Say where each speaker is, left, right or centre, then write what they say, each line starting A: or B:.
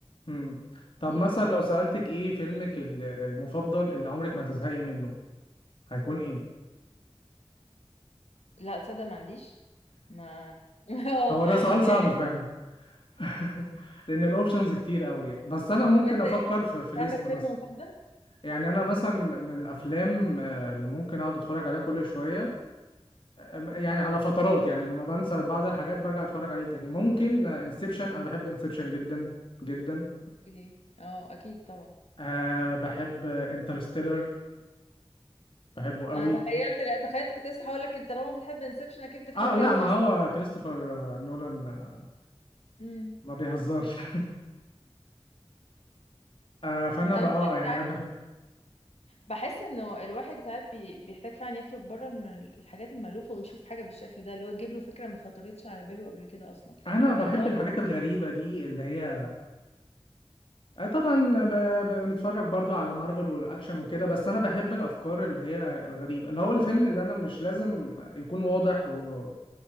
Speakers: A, on the left; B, on the left.
A: مم. طب
B: غريب
A: مثلا لو سألتك ايه فيلمك ال- المفضل اللي عمرك ما هتزهقي منه هيكون ايه
B: لا تصدق ما عنديش ما <laughs> اه
A: هو ده سؤال صعب
B: يعني
A: فعلا <laughs> لان الاوبشنز كتير قوي بس انا ممكن
B: طب انت
A: افكر
B: ايه
A: في في ليست
B: عندك
A: مثلا
B: فيلم مفضل
A: يعني انا مثلا من الافلام آه، اللي ممكن اقعد اتفرج عليها كل شويه آه، يعني
B: اه
A: على فترات يعني لما بنسى بعض الحاجات برجع اتفرج عليه تاني ممكن انسبشن انا بحب انسبشن جدا جدا
B: اوكي اه اكيد طبعا
A: أه بحب انترستيلر بحبه قوي
B: انا تخيلت لا تخيلت كنت لسه هقول لك انت طالما بتحب انسبشن اكيد بتحب
A: اه لا
B: انترست
A: ما هو كريستوفر آه، نولان آه،
B: امم
A: ما بيهزرش <laughs> آه فانا
B: انا
A: بقى اه يعني
B: ساعات
A: انا بحب
B: عارف بحس انه الواحد ساعات بي... بيحتاج فعلا يخرج بره من الحاجات المألوفة ويشوف حاجة بالشكل ده اللي هو تجيب له فكرة ما خطرتش على باله قبل كده اصلا
A: انا بحب
B: فالنوع
A: الحاجات
B: ده
A: الغريبه
B: <laughs>
A: دي اللي هي آه، طبعا ب... ب... بنتفرج برضو على مارفل والاكشن وكده بس انا بحب الافكار اللي هي الغريبه اللي هو الفيلم اللي انا مش لازم يكون واضح و...